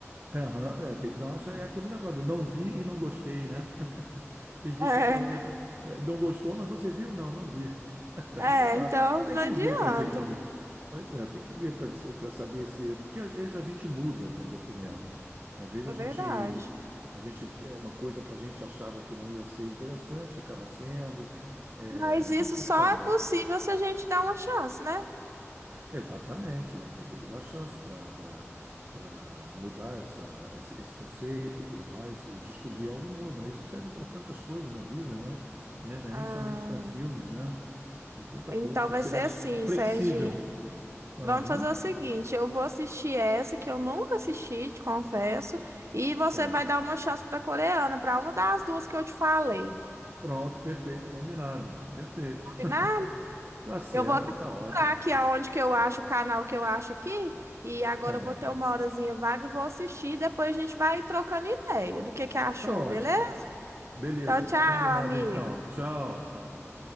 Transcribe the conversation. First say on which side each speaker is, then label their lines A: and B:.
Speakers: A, on the right (about 45°); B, on the right (about 65°).
A: Aham, é, tem que dar uma. chance. É aquele negócio do não vi e não gostei, né? <laughs> Tem gente
B: <laughs>
A: que fala, né, não gostou, mas você viu? Não, não vi.
B: É,
A: Aí não dá.
B: é, então
A: Tem
B: não
A: que
B: adianta,
A: ver para dizer que não gostou. Pois é, tem que ver para dizer- para saber se. Porque às vezes a gente muda, né, de opinião. Às vezes
B: é
A: a gente,
B: verdade.
A: a gente é uma coisa que a gente achava que não ia ser interessante, acaba sendo. É,
B: Mas
A: a
B: isso
A: gente tem
B: só
A: que estar aberto.
B: é possível se a gente dar uma chance, né?
A: Exatamente, né? A gente tem que dar chance para para mudar essa, esse, esse conceito e tudo mais e descobrir algo novo, né? Isso serve para tantas coisas na vida, né? Né? Não é
B: Ah,
A: nem somente para filmes, né? É tanta
B: então
A: coisa, tem
B: vai
A: que ser
B: ser
A: mais
B: assim,
A: flexível.
B: Serginho.
A: Aham,
B: Vamos fazer o seguinte: eu vou assistir essa que eu nunca assisti, te confesso, e você
A: certo.
B: vai dar uma chance para coreana, para uma das duas que eu te falei.
A: Pronto, perfeito, combinado. Perfeito.
B: Combinado?
A: <laughs> Tá certo,
B: Eu vou até
A: tá
B: procurar
A: ótimo.
B: aqui aonde que eu acho, o canal que eu acho aqui, e agora
A: Tá bem.
B: eu vou ter uma horazinha vaga e vou assistir, depois a gente vai trocando ideia do que que achou,
A: Tá ótimo.
B: beleza?
A: Beleza,
B: Então, tchau,
A: combinado
B: amigo.
A: então. Tchau, tchau.